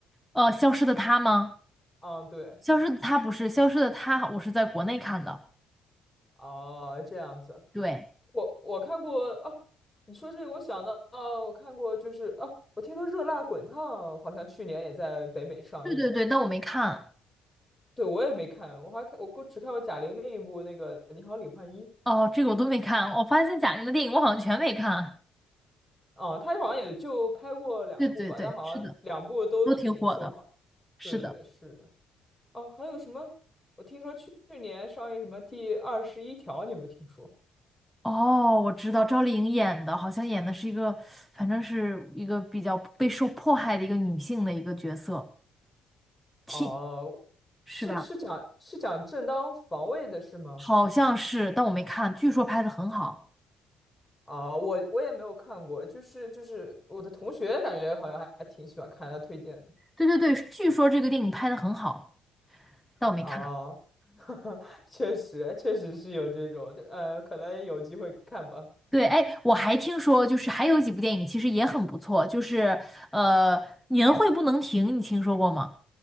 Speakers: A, in the centre; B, on the left (about 20°).
A: 呃，《消失的她》吗？
B: 啊，对，
A: 《消失的她》不是《消失的她》，我是在国内看的。
B: 哦，这样子，
A: 对，
B: 我我看过啊，你说这个，我想到，啊，我看过就是啊，我听说《热辣滚烫》好像去年也在北美上映的，
A: 对对对，但我没看。
B: 对，我也没看，我还看我过只看过贾玲另一部那个《你好，李焕英》，
A: 哦，这个我都没看。我发现贾玲的电影我好像全没看。
B: 啊，她好像也就拍过两部吧，
A: 对对对，
B: 但好像两部都挺受好，
A: 是的，都挺火的。是的。
B: 对对是的。哦，还有什么？我听说去去年上映什么第二十一条，你有没有听说？
A: 哦，我知道赵丽颖演的，好像演的是一个，反正是一个比较被受迫害的一个女性的一个角色，替，
B: 哦是是讲是讲正当防卫的是吗？
A: 是吧？好像是，但我没看，据说拍的很好。
B: 啊，我我也没有看过，就是就是我的同学感觉好像还还挺喜欢看，他推荐的。
A: 对对对，据说这个电影拍的很好，但我没看。
B: 啊，<laughs> 确实确实是有这种，呃，可能有机会看吧。
A: 对，哎，我还听说，就是还有几部电影其实也很不错，就是呃，《年会不能停》，你听说过吗？